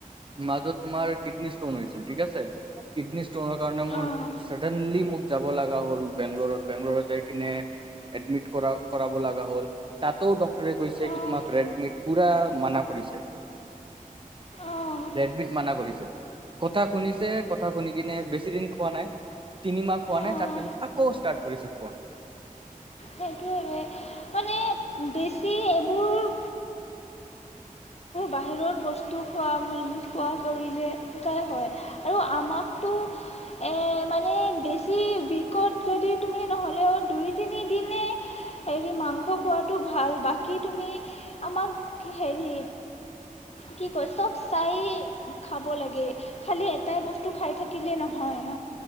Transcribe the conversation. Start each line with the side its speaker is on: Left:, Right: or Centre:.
Right: মাজত তোমাৰ কিটনি স্তন হৈছিল ঠিক আছে কিটনি অহাৰ কাৰণে মোৰ
Left: অঁ
Right: চাৰদেনলী মোৰ যাব লগা হ'ল বেংলৰত। বেংলৰত যায় গিনে এডমিন কৰাব লগা হ'ল তাতো ডক্টৰে কৈছে কি
Left: অঁ
Right: তোমাক ৰেডমিড পুৰা মানা কৰিছে।
Left: অঁ
Right: ৰেডমিত মানা কৰিছে। কথা শুনিছে কথা শুনি কিনে বেছি দিন খোৱা নাই তিনিমাহ খোৱা নাই
Left: অঁ
Right: তাৰপিছত আকৌ ষ্টাৰ্ট কৰিছে খোৱা।
Left: সেইটোৱে যে মানে বেছি এইবোৰ বাহিৰৰ বস্তু খোৱা খোৱা কৰিলে এনেকাই হয় আৰু আমাকতো এ মানে বেছি বিষত যদি তুমি নহ'লেও দুই তিনিদিনে হেৰি মাংস খোৱাটো ভাল বাকী তুমি আমাক হেৰি কি কয় চব চাই খাব লাগে খালি এটাই বস্তু খাই থাকিলে নহয় ন